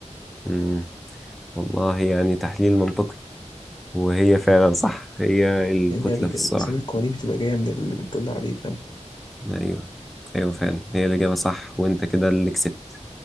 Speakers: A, in the centre; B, on the left.
A: مم. والله يعني تحليل منطقي وهي فعلا صح هي الكتلة
B: يعني هي ال-
A: في السرعة
B: أسامي القوانين بتبقى جاية من اللي بتدل عليه فاهم
A: أيوه أيوه فعلا هي الإجابة صح وأنت كده اللي كسبت